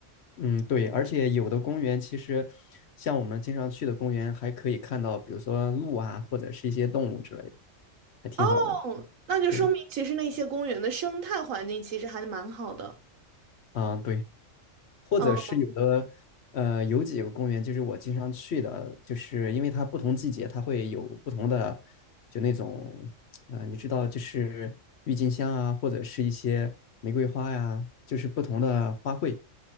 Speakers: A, on the left; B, on the right.
A: 嗯，对，而且有的公园其实像我们经常去的公园，还可以看到，比如说鹿啊，或者是一些动物之类的，还挺好的。
B: 哦，那就说明其实那些公园的生态环境其实还蛮好的。
A: 对，嗯，对。或者是有的，
B: 嗯，
A: 呃，有几个公园就是我经常去的，就是因为它不同季节它会有不同的，就那种，呃，你知道，就是郁金香啊，或者是一些玫瑰花呀、就是不同的花卉，